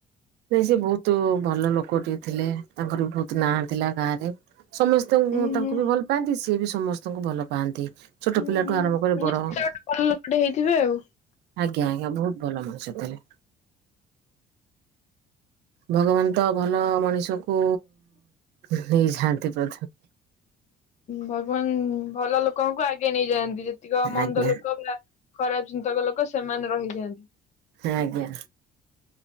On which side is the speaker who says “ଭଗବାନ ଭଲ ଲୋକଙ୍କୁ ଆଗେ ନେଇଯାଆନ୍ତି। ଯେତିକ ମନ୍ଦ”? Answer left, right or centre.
Left